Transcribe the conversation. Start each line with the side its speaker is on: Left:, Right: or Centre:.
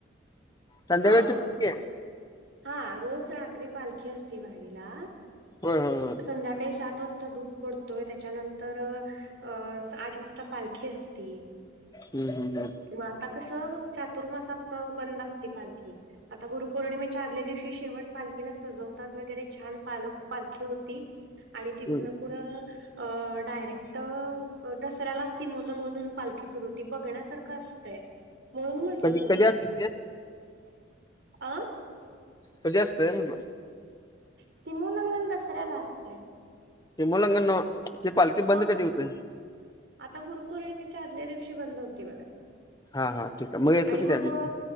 Left: संध्याकाळची
Right: हा
Left: पालखी आहे
Right: हा रोज रात्री पालखी असती वाडीला
Left: होय होय होय
Right: संध्याकाळी सात वाजता धू- पडतोय त्याच्यानंतर अं आठ वाजता पालखी असती-
Left: नाहीना <unintelligible>
Right: मग आता कसं चातुर्मासात बंद असती पालखी आता गुरुपौर्णिमेच्या आदल्या दिवशी शेवट पालखीला सजवत वर छान पालख पालखी होती आणि तिथन
Left: हम्म
Right: पुढं डायरेक्ट दसऱ्यालाच सिमो लंगननून पालखी सुरू होती बघण्यासारखं असतंय म्हणून म्हटलं
Left: कधी
Right: तुम्हाला
Left: कधी असते ते
Right: अ
Left: कधी असतोय म्हंटलो?
Right: सिमोलंगन दसऱ्याला असतंय-
Left: सिमोल्लंघन नव्ह हे पालखी
Right: हा
Left: बंद कधी होतेयं
Right: आता गुरुपौर्णिमेच्या आदल्या दिवशी बंद होती बघा
Left: हा हा ठीक आहे येतो
Right: आणि
Left: की
Right: मग
Left: त्या दिवशी
Right: व-